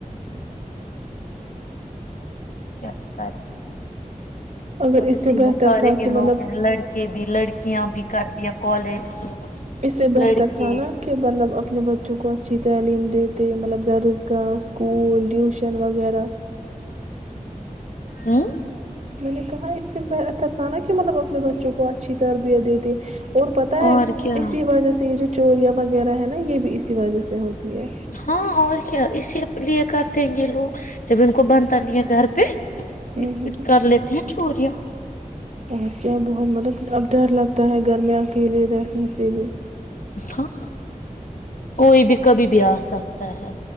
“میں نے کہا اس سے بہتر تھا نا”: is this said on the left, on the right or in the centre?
Right